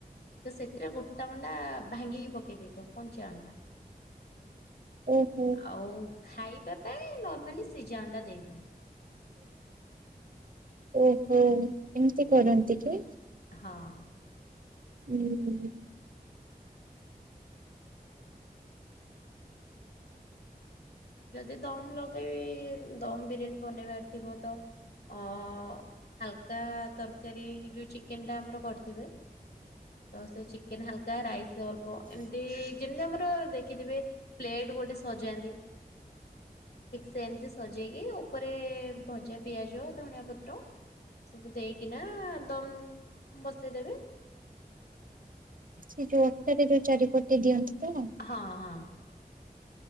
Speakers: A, on the left; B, on the right.
A: ତ ସେଥିରେ ଗୋଟା ଅଣ୍ଡା ଭାଙ୍ଗିକି ପକେଇ ଦେଇଥାଉ କଞ୍ଚା ଅଣ୍ଡା
B: ଓହୋ
A: ଆଉ ଖାଇବା ପାଇଁ ନର୍ମାଲି ସିଜା ଅଣ୍ଡା ଦେଇଥାଉ।
B: ଓହୋ ଏମିତି କରନ୍ତିକି?
A: ହଁ।
B: ହୁଁ।
A: ଯଦି ଦମ୍ ଲଗେଇବି ଦମ୍ ବିରିୟାନୀ ବନେଇବାର ଥିବତ ଅଁ ହାଲକା ତରକାରୀ ଯୋଉଁ ଚିକେନେଟା ଆମର କରିଥିବେ ତ ସେଇ ଚିକେନ୍ ହାଲକା ରାଇସ୍ ଅଳ୍ପ ଏମିତି ଯେମିତି ଆମର ଦେଖିଥିବେ ପ୍ଲେଟ୍ ଗୋଟେ ସଜାନ୍ତି। ଠିକ୍ ସେମିତି ସଜେଇକି ଉପରେ ଭଜା ପିଆଜ ଧନିଆ ପତ୍ର ସବୁ ଦେଇକିନା ଦମ୍ ବସେଇଦେବେ
B: ସେ ଯୋଉ ଅଟାରେ ଯୋଉ ଚାରିପଟେ ଦିଅନ୍ତିତ?
A: ହଁ ହଁ।